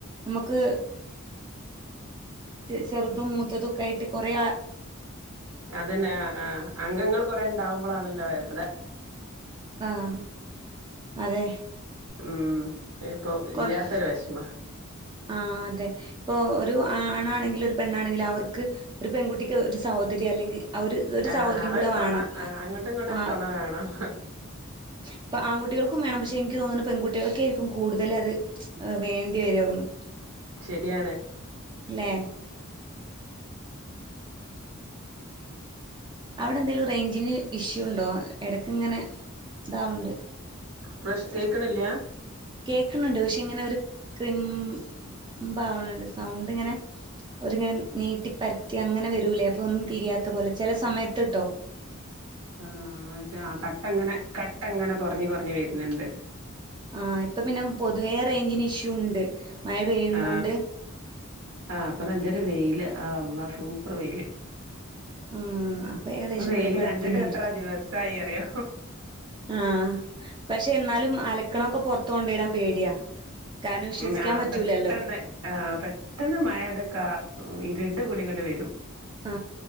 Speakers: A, on the right; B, on the right.
A: നമുക്ക് ചെറുതും മൂത്തതൊക്കെ ആയിട്ട് കുറെേ
B: അതന്നെ ആ അംഗങ്ങൾ കൊറെ ഉണ്ടാവുമ്പോളാണല്ലോ ഇപ്പ
A: ആഹ അതെ
B: ഉം ഏ ഇപ്പൊ ഇല്ലാത്തൊരു
A: കൊറ
B: വിഷമ
A: ആ അതെ ഇപ്പോൾ ഒരു ആണാണെങ്കില ഒരു പെണ്ണാണെങ്കിൽ അവർക്ക് ഒരു പെൺകുട്ടിക്ക് ഒരു സഹോദരി അല്ലെങ്കിൽ ഒരു
B: ആ
A: സഹോദരിം
B: ആ
A: കൂടെ
B: ഒരു
A: വേണം
B: തുണ ആ അങ്ങോട്ടും ഇങ്ങോട്ടും ഒരു
A: ആ
B: തുണ വേണം
A: അപ്പ ആൺകുട്ടികൾ ക്കും വേണം പക്ഷെ എനിക്ക് തോന്നുന്നു പെൺകുട്ടികൾക്ക ആായിരിക്കും കൂടുതല അത് വേണ്ടി വരുന്നു
B: ശരിയാണ്
A: ലേ അവിടെ എന്തേലും റേഞ്ചിന് ഇഷ്യൂ ഉണ്ടോ ഇടക്ക് ഇങ്ങനെ ഇതാവണ്ട്
B: പ്രശ് കേക്കണില്ല
A: ഒരു കേക്കുന്നുണ്ട് പക്ഷെ ഇങ്ങനെ ഒരു കുംബാവണുണ്ട് സൗണ്ടിങ്ങനെ ഒരിങ്ങനെ നീട്ടിപരത്തി അങ്ങനെ വരൂലേ അപ്പോൾ ഒന്നും തിരിയാത്തപോലെ ചില സമയത്ത്ട്ടോ
B: ആ.. എന്നുവച്ചാൽ കട്ടങ്ങനെ, കട്ടങ്ങനെ കൊറഞ്ഞു കൊറഞ്ഞ്‌ വരും ഇങ്ങനെയുണ്ട്
A: ആ... ഇപ്പൊപിന്നെ പൊതുവേറേഞ്ചിനിഷ്യൂ വുണ്ട് മഴ പെയ്യുന്നോണ്ട്
B: ആ ആ അപ്പൊ നല്ലൊരു വെയില്, ആ.. നല്ല സൂപ്പർ വെയില്
A: ഉം... അത് ഏകദേശം
B: വെയില്
A: ഇവിടൊക്കെയടുത്തായിരിക്കും,
B: കണ്ടിട്ട് എത്ര ദിവസായി അറിയോ
A: ആ.. പക്ഷേയെന്നാലും അലക്കണതൊക്കെ പൊറത്ത് കൊണ്ടെയിടാൻ പേടിയാ കാരണം വിശ്വസിക്കാൻ
B: ഉം... ആ..
A: പറ്റൂലല്ലോ
B: പെട്ടെന്ന് ആ.. പെട്ടെന്ന് മഴയുടെ കാറ് വീഴും ഇരുണ്ട് മൂടിയിങ്ങട്ട്‌വരും
A: ആ..